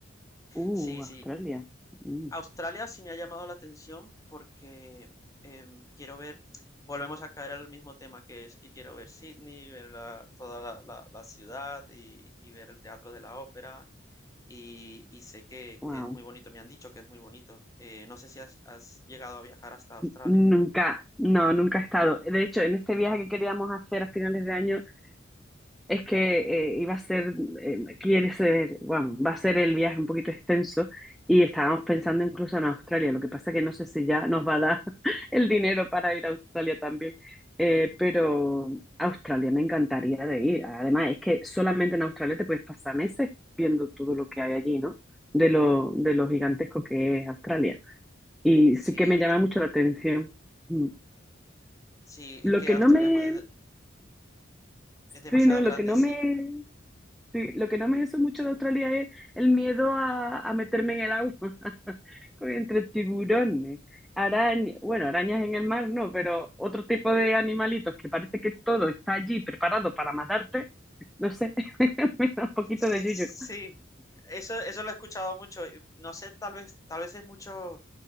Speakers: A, in the centre; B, on the left (about 15°).
A: Uh,
B: sí, sí.
A: Australia. Mm.
B: Australia sí me ha llamado la atención porque, em, quiero ver volvemos a caer al mismo tema, que es que quiero ver Sydney, ver la toda la la la ciudad y y ver el Teatro de la Ópera, y y sé que
A: Wow.
B: que es muy bonito, me han dicho que es muy bonito. Eh, no sé si has has llegado a viajar hasta Australia.
A: Nunca, no, nunca he estado. De hecho, en este viaje que queríamos hacer a finales de año, es que eh, iba a ser, eh, quiere ser, bueno, va a ser el viaje un poquito extenso y estábamos pensando incluso en Australia. Lo que pasa que no sé si ya nos va a dar <laughs> el dinero para ir a Australia también. Eh, pero Australia me encantaría de ir. Además, es que solamente en Australia te puedes pasar meses viendo todo lo que hay allí, ¿no? De lo, de lo gigantesco que es Australia. Y
B: Sí,
A: sí que me
B: Aust
A: llama mucho la atención. Mm.
B: sí, es
A: Lo
B: que
A: que
B: Australia
A: no me,
B: es muy de es demasiado
A: sí, no, lo
B: grande,
A: que no
B: sí.
A: me, sí, lo que no me hizo mucho de Australia es el miedo a, a meterme en el agua, <laughs> con- entre tiburones, arañas, bueno, arañas en el mar no, pero otro tipo de animalitos que parece que todo está allí preparado para matarte, no sé, <laughs> me da un poquito
B: Sí,
A: de yuyu.
B: eso eso lo he escuchado mucho, y no sé, tal vez tal vez es mucho